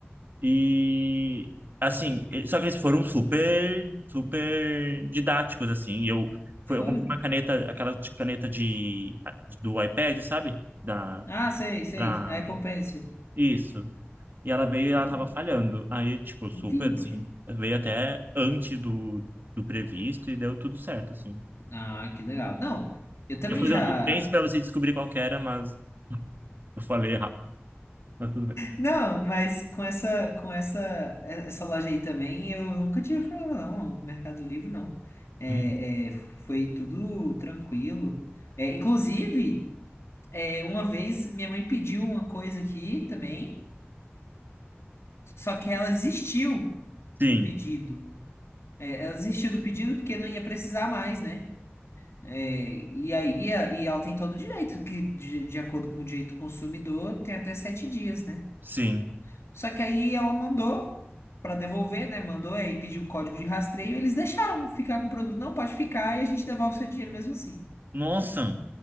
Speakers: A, on the right; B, on the left.
A: e assim, eh, só que eles foram super, super didáticos, assim. E eu
B: Foram.
A: foi, eu comprei uma caneta, aquela de- caneta de do iPad, sabe? Da
B: Ah, sei, sei.
A: Pra...
B: A Apple Pencil.
A: Isso. E ela veio e
B: Uhum.
A: ela tava falhando. Aí, tipo, super,
B: Vixe.
A: assim, veio até antes do, do previsto e deu tudo certo, assim.
B: Ah, que legal. Não, eu também
A: Eu ia fazer
B: já.
A: um suspense pra você descobrir qual que era, mas eu falei errado, mas tudo bem.
B: Não, mas com essa, com essa, essa loja aí também, eu nunca tive problema, não. Mercado Livre, não. É,
A: Hum.
B: é, foi tudo tranquilo. É, inclusive, é, uma vez minha mãe pediu uma coisa aqui também, só que ela desistiu
A: Sim,
B: do pedido. É, ela desistiu do pedido porque não ia precisar mais, né? É, e aí, e ela tem todo o direito, que de, de acordo com o direito do consumidor, tem até sete dias, né?
A: sim.
B: Só que aí ela mandou pra devolver, né? Mandou aí pediu o código de rastreio. Eles deixaram ficar com o produto. Não, pode ficar e a gente devolve seu dinheiro mesmo assim.
A: Nossa,